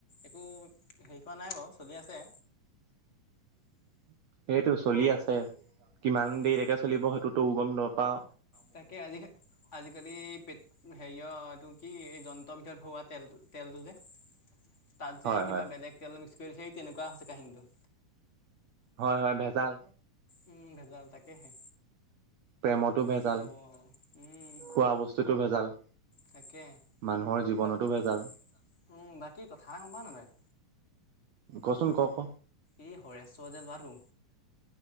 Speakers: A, on the left; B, on the right.
A: একো হেৰি কৰা নাই বাৰু চলি আছে।
B: <inaudible> সেইটো চলি আছে কিমান
A: উম।
B: দেৰিলকে চলিব সেইটো তো গম নাপাওঁ।
A: তাকে আজি আজিকালি পেট হে কিয় এইটো কি এই যন্ত্ৰৰ ভিতৰত ভৰোৱা তেল তেলটো যে। তাত
B: হয়
A: যে কিবা
B: হয়
A: বেলেগ তেল মিক্স কৰি দিছে সেই তেনেকুৱা হৈছে কাহিনীটো।
B: হয় হয় ভেজাল।
A: উম ভেজাল তাকেহে।
B: প্ৰেমতো ভেজাল,
A: কি হ'ব উম
B: খোৱা বস্তুটো ভেজাল।
A: তাকে,
B: মানুহৰ জীৱনতো
A: বাকী
B: ভেজাল
A: <inaudible> উম বাকী কথা এষাৰ গম পাওঁ নাই তই?
B: কচোন ক ক
A: <inaudible> এই হৰেশ্বৰ যে লৱাটো